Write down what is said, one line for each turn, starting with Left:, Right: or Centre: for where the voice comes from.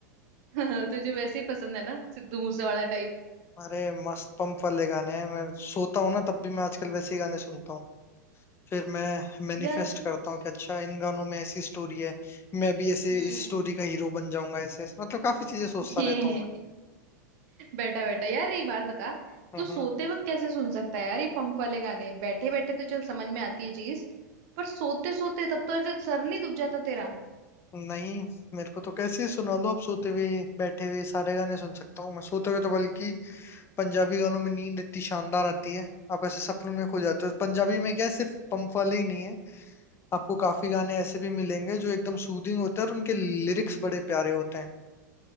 Right: है <laughs> तुझे वैसे ही पसंद है ना सिद्धू मूसे वाला टाइप
Left: अरे मस्त पंप वाले गाने हैं मैं सोता हूँ ना तब भी मैं आजकल वैसे ही गाने सुनता हूँ फिर मैं मैनिफेस्ट
Right: यार
Left: करता
Right: स-
Left: हूँ कि अच्छा इन गानों में ऐसी स्टोरी है मैं भी ऐसे
Right: हम्म
Left: इस स्टोरी का हीरो बन जाऊंगा ऐसे ऐसे मतलब काफी चीजें सोचता
Right: <laughs>
Left: रहता हूँ मैं
Right: बैठा बैठा यार एक बात बता
Left: हम्म
Right: तू सोते वक्त कैसे सुन सकता है यार ये पंप वाले गाने बैठे बैठे तो चल समझ में आती है चीज पर सोते सोते तब तो ऐसे सर नहीं दुख जाता तेरा
Left: नहीं मेरे को तो कैसे सुना लो आप सोते हुए बैठे हुए सारे गाने सुन सकता हूँ मैं सोते हुए तो बल्कि पंजाबी गानों में नींद इतनी शानदार आती है आप ऐसे सपनों में खो जाते हो पंजाबी में क्या है सिर्फ पंप वाले ही नहीं है आपको काफी गाने ऐसे भी मिलेंगे जो एकदम सूदिंग होते हैं और उनके लिरिक्स बड़े प्यारे होते हैं